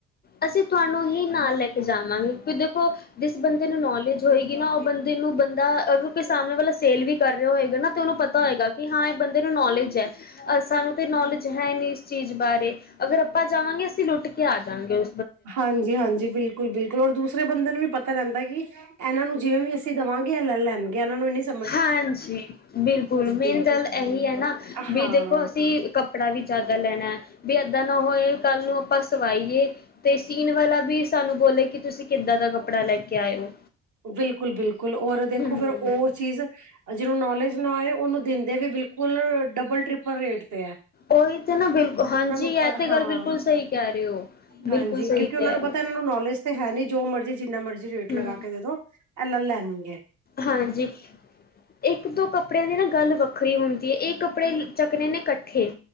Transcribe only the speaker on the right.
ਹਾਂਜੀ, ਹਾਂਜੀ, ਬਿਲਕੁਲ, ਬਿਲਕੁਲ ਔਰ ਦੂਸਰੇ ਬੰਦੇ ਨੂੰ ਵੀ ਪਤਾ ਰਹਿੰਦਾ ਕਿ ਇਹਨਾਂ ਨੂੰ ਜਿਵੇਂ ਵੀ ਅਸੀਂ ਦੇਵਾਂਗੇ। ਇਹ ਲੈ ਲੈਣਗੇ ਇਹਨਾਂ ਨੂੰ ਇਨੀ ਸਮਝ ਨਹੀਂ।
ਦੀ
ਹਾਂ
ਬਿਲਕੁਲ, ਬਿਲਕੁਲ ਔਰ ਦੇਖੋ
ਫਿਰ ਉਹ ਚੀਜ਼। ਜਿਹਨੂੰ ਨੌਲੇਜ ਨਾ ਹੋਏ ਉਹਨੂੰ ਦਿੰਦੇ ਵੀ ਬਿਲਕੁਲ ਡਬਲ ਟ੍ਰਿਪਲ ਰੇਟ 'ਤੇ ਹੈ।
ਉਹਨਾਂ ਨੂੰ
ਪ
ਹਾਂ
ਹਾਂਜੀ
ਕਿਉਕਿ
ਉਹਨਾਂ ਨੂੰ
ਪਤਾ
ਇਹਨਾਂ ਨੂੰ ਨੌਲੇ। ਜ ਤੇ ਹੈ ਨੀ ਜੋ ਮਰਜ਼ੀ ਜਿੰਨਾ ਮਰਜ਼ੀ ਰੇਟ
ਲਗਾ ਕੇ ਕੇ ਦੇ ਦਿਉ। ਐ ਲੈ ਲੈਣੀ ਏ।